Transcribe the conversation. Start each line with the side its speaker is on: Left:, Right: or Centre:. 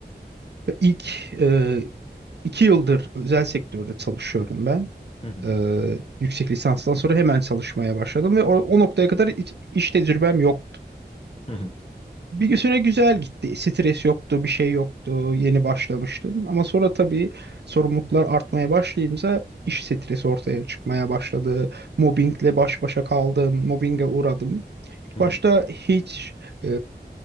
Right: İlk e, İki yıldır özel sektörde çalışıyorum ben.
Left: Hı hı
Right: Ee, yüksek lisanstan sonra hemen çalışmaya başladım ve o, o noktaya kadar hiç- iş tecrübem yoktu.
Left: hı hı
Right: Bir süre güzel gitti. Stres yoktu, bir şey yoktu. Yeni başlamıştım. Ama sonra tabii sorumluluklar artmaya başlayınca iş stresi ortaya çıkmaya başladı. Mobbingle baş başa kaldım, mobbinge uğradım. İlk
Left: hı
Right: başta hiç e,